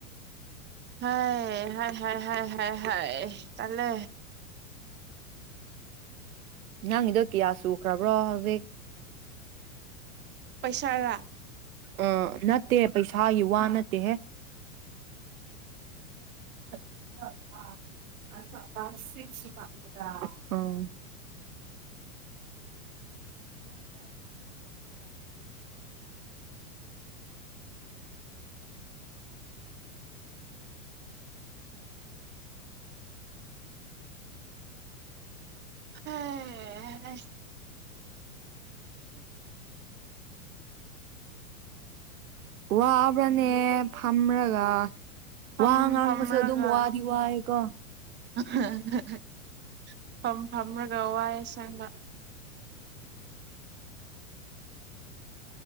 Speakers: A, on the right; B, on the right.
A: ꯍ ꯍ ꯍ ꯍ ꯍ ꯇꯂꯦ
B: ꯅꯪꯒꯤꯗꯣ ꯀꯤꯌꯥ ꯁꯨꯈ꯭ꯔꯕ꯭ꯔꯣ ꯍꯧꯖꯤꯛ꯫
A: ꯄꯩꯁꯥꯔꯥ꯫
B: ꯎꯝ ꯅꯠꯇꯦ ꯄꯩꯁꯥꯒꯤ ꯋꯥ ꯅꯠꯇꯦꯍꯦ ꯫ <unintelligible> ꯎꯝ꯫ <unintelligible>
A: <unintelligible>
B: ꯋꯥ <unintelligible> <unintelligible> ꯐꯝꯃ꯭ꯔꯒ
A: ꯐꯝ
B: ꯋꯥ ꯉꯥꯡꯕꯁꯨ
A: ꯐꯝꯔꯒ
B: ꯑꯗꯨꯝ ꯋꯥꯗꯤ ꯋꯥꯏꯌꯦꯀꯣ꯫
A: <unintelligible> ꯐꯝ ꯐꯝꯃꯒ ꯋꯥꯢ ꯑꯁꯦꯡꯕ꯫